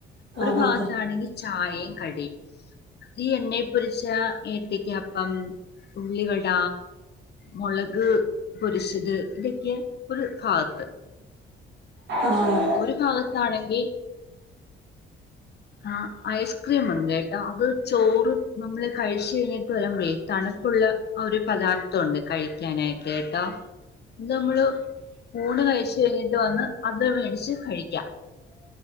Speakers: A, on the left (about 55°); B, on the right (about 65°).
A: ഒരു
B: ആഹ്
A: ഭാഗത്താണെങ്കി
B: അതെ ആഹ്
A: ചി ചായയും കടീം ഈ എണ്ണയിൽ പൊരിച്ച ഏത്തക്കപ്പം ഉള്ളിവട മുളക് പൊരിച്ചത് ഇതൊക്കെ ഒരു ഭാഗത്ത്
B: ആഹ്
A: ഒരു ഭാഗത്താണെങ്കി ആഹ് ഐസ്ക്രീം ഉണ്ട് കേട്ടോ അത് ചോറ് നമ്മള് കഴിച്ചു കഴിഞ്ഞിട്ട് വരുമ്പഴേ തണുപ്പുള്ള ഒരു പദാർത്ഥം ഉണ്ട് കഴിക്കാനായിട്ട് കേട്ടോ അത് നമ്മള് പൂണ് കഴിച്ചു കഴിഞ്ഞിട്ട് വന്ന് അത് മേടിച്ച് കഴിക്കാം.